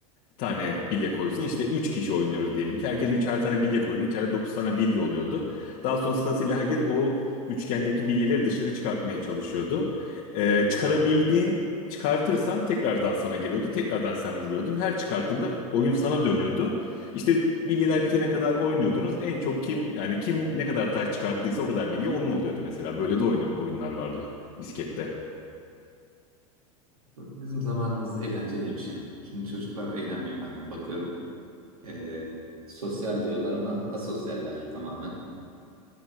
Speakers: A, on the left; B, on the right.
A: tane bilye koysun. İşte 3 kişi oynuyoruz diyelim ki. Herkes üçer tane bilye koydu. İçeride 9 tane bilye oluyordu. Daha sonra sırasıyla herkes o üçgendeki bilyeleri dışarı çıkartmaya çalışıyordu. Ee, çıkarabildiğin çıkartırsan tekrardan sana geliyordu. Tekrardan sen vuruyordun. Her çıkarttığında oyun sana dönüyordu. İşte bilyeler bitene kadar oynuyordunuz. En çok kim yani kim ne kadar taş çıkarttıysa o kadar bilye onun oluyordu mesela. Böyle de oyunu, oyunlar vardı bisiklette.
B: Bizim zamanımız eğlenceliymiş ya. Şimdi çocuklar eğlenmiyorlar yani bakıyorum. Ee, sosyal diyorlar ama asosyaller tamamen.